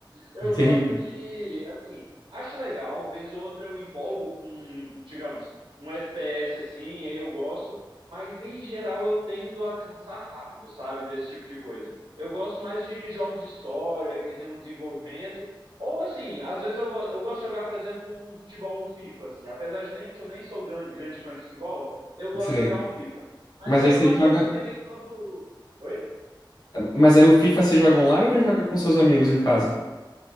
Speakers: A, on the right; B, on the left.
A: Eu
B: Entendi.
A: gosto de, assim, acho legal, vez ou outra eu empolgo com, digamos, um FPS assim, aí eu gosto, mas em geral eu tendo a cansar rápido, sabe, desse tipo de coisa. Eu gosto mais de jogos de história, que tem um desenvolvimento, ou assim, às vezes eu, go- eu gosto de jogar, por exemplo, um futebol, um FIFA, assim, apesar de nem que eu nem sou grande, grande fã de futebol, eu gosto
B: Sei.
A: de jogar um FIFA. Mas
B: Mas
A: aí
B: aí
A: eu
B: você
A: acho
B: joga.
A: que é porque vem todo. Oi?
B: Mas aí o FIFA você joga online ou joga com seus amigos em casa?